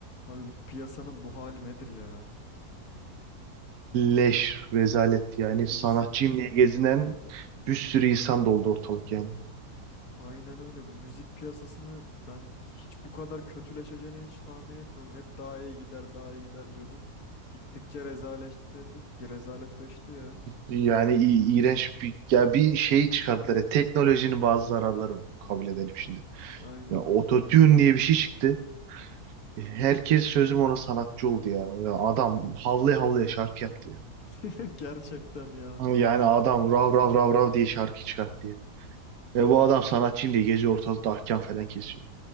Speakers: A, on the left; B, on the right.
A: Abi bu piyasanın bu hali nedir ya?
B: Leş, rezalet yani
A: Bu
B: sanatçıyım
A: müzik
B: diye gezinen bir sürü insan doldu ortalık yani.
A: aynen öyle. Bu müzik piyasasını ben hiç bu kadar kötüleşeceğini hiç tahmin etmiyordum. Hep daha iyi gider, daha iyi gider diyorduk. Gittikçe rezaleşti, rezaletleşti ya.
B: Yani i- iğrenç bir ya bir şey çıkardılar. ya, teknolojinin bazı zararları var. Kabul edelim şimdi.
A: Aynen.
B: Ya ototune diye bir şey çıktı. Herkes sözüm ona sanatçı oldu ya. Ya adam havlaya havlaya şarkı yaptı ya.
A: <laughs> Gerçekten ya.
B: Ama Yani adam rav rav rav rav diye şarkı çıkarttı ya. Ve bu adam sanatçıyım diye geziyor ortalıkta ahkam falan kesiyor.